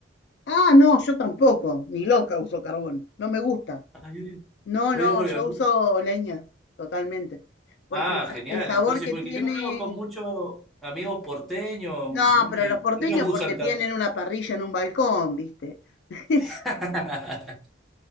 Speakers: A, on the left; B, in the centre.
A: Ah, no, yo tampoco, ni loca uso carbón, no me gusta.
B: Ah, yo digo-
A: No,
B: yo
A: no,
B: digo porque-
A: yo uso leña, totalmente. Porque
B: ah,
A: el, sa-
B: genial.
A: el sabor
B: Entonces,
A: que
B: porque
A: tiene...
B: yo he hablado con muchos amigos porteños
A: No,
B: mu- y
A: pero los porteños
B: ellos usan
A: porque tienen
B: carbón.
A: una parrilla en un balcón, ¿viste? <laughs> Es-
B: <laughs>